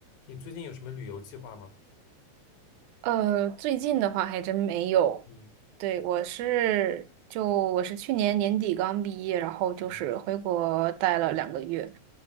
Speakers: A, on the left; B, on the right.
A: 你最近有什么旅游计划吗？
B: 呃，最近的话还真没有。
A: 嗯
B: 对，我是就我是去年年底刚毕业，然后就是回国待了两个月，
A: 嗯，